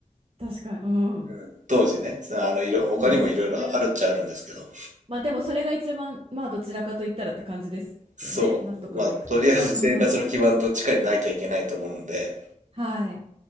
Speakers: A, on the right; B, on the right.
A: 確かに。うん。
B: うん、当時ね、そのあの、いろ、他にもいろいろあるっちゃあるんですけど、
A: そうですよね。まあでもそれが一番、まあどちらかと言ったらって感じですよね。
B: そう、
A: 納得のいくというか。
B: まあとりあえず生活の基盤どっちかになきゃいけないと思うんで、
A: うん。はい。